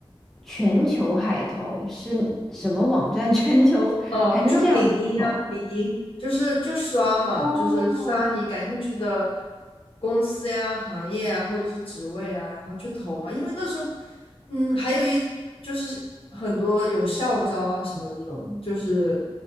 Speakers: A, in the centre; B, on the left.
A: 全球海投是什么网站？<laughs> 全球还能这样海投？
B: 哦，就领英呀，领英就是就刷嘛，
A: 哦，
B: 就是刷你感兴趣的公司呀、行业啊，或者是职位啊，然后就投嘛。因为那时候，嗯，还有一就是很多有校招啊什么这种，就是